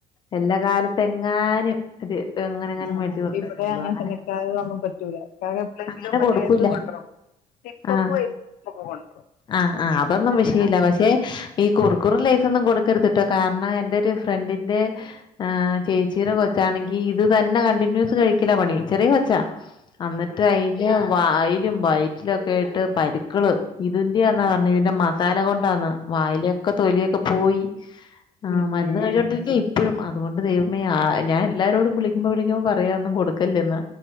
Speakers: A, on the left (about 35°); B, on the left (about 75°).
A: എല്ല കാലത്ത് എങ്ങാനും അ എങ്ങനെ അങ്ങനെ
B: ആഹ്
A: മേട്ച് കൊട്ത്താലെ
B: ഇവിടെ
A: ഒള്ളൂ അങ്ങനെ
B: തന്നെ ഇക്കാക്ക് ഒന്നും പറ്റൂല ഇക്കാക്ക് എപ്പളെങ്കിലും
A: അങ്ങനെ
B: മറ്റേ
A: കൊടുക്കൂല്ല
B: ഇത് കൊണ്ടരും സിപ്പപ്പും
A: ആഹ്
B: ഐസ്ക്രീമും ഒക്കെ കൊണ്ടരും
A: ആഹ് ആഹ് അപ്പം ന്നും
B: അല്ലാതെ
A: വിഷയില്ല പക്ഷെ ഈ കുറ്ക്കുറും ലെയ്സൊന്നും
B: ലേസ്.
A: കൊടുക്കരുത്ട്ടോ. കാരണം എന്റെ ഒരു ഫ്രണ്ടിന്റെ ആഹ് ചേച്ചീടെ കൊച്ചാണെങ്കി ഇത് തന്നെ കണ്ടിന്യൂസ് കഴിക്കലാ പണി ചെറിയ കൊച്ചാ. അന്നിട്ട്
B: ആ,
A: അയിന്റെ വായി ല് വയ്റ്റിലക്കായിട്ട് പരുക്കള് ഇതിന്റെ ന്നാ ർഞ്ഞേ തിൻ്റെ മ സാല കൊണ്ടാന്ന വായിലൊക്കെ തൊലിയൊക്കെ പോയി ആ
B: പിന്നെ
A: മരുന്ന് കഴിഞ്ഞോണ്ടി ഇപ്പഴും അതുകൊണ്ട് ദൈവമേ ആ ഞാൻ എല്ലാരോടും വിളിക്കുമ്പോ വിളിക്കുമ്പോ പറയും അതൊന്നും കൊടുക്കല്ലന്ന്.